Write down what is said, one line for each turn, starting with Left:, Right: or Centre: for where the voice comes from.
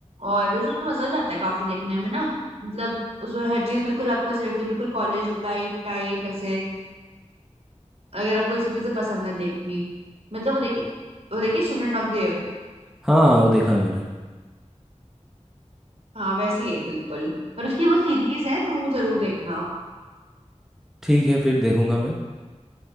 Right: और उसमें मजा भी आता है काफी देखने में ना मतलब उसमें हर चीज बिल्कुल आपको ऐसे लगती है बिल्कुल कॉलेज लाइफ टाइप ऐसे अगर आपको ये सब चीजें पसंद है देखनी मतलब वो देखिए वो देखिए स्टूडेंट ऑफ द ईयर
Centre: हाँ वो देखा है मैंने
Right: हाँ वैसी है बिल्कुल और उसकी वो सीरीज है तो वो जरूर देखना
Centre: ठीक है फिर देखूंगा मैं